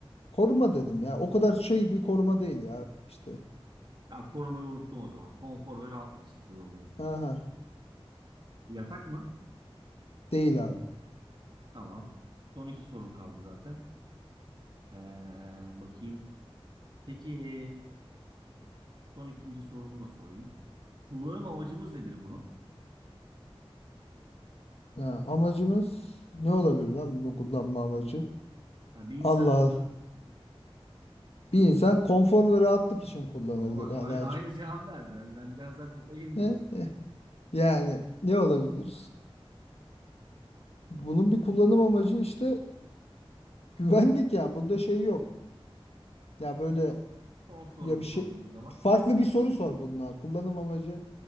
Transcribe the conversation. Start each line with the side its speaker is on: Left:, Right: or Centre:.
Left: Koruma dedim ya. O kadar şey bir koruma değil ya işte.
Right: Ya korumayı unuttum o zaman. Konfor ve rahatlık için kullanılıyor.
Left: Aha,
Right: Yatak mı?
Left: değil abi.
Right: Tamam. Son iki sorum kaldı zaten. Ee, bakayım. Peki son ikinci sorumu da sorayım. Kullanım amacımız nedir bunu?
Left: Ya amacımız ne olabilir lan bunu kullanma amacı?
Right: Yani bir insan
Left: Allah Allah. Bir insan konfor ve rahatlık için kullanırdı.
Right: Ama bak aynı,
Left: Ya daha
Right: aynı
Left: hiç-
Right: cevap verdin. Hani ben biraz daha detayım beni
Left: <laughs>
Right: istiyorum.
Left: Yani ne olabilir? Bunun bir kullanım amacı işte güvenlik ya. Bunda şey yok. Ya böyle
Right: Tamam. Son sorumu
Left: ya bir şey
Right: sorayım o zaman.
Left: farklı bir soru sor bununla. Kullanım amacı